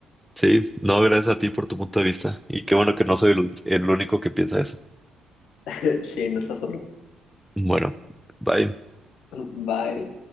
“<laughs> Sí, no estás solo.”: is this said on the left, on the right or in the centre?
Left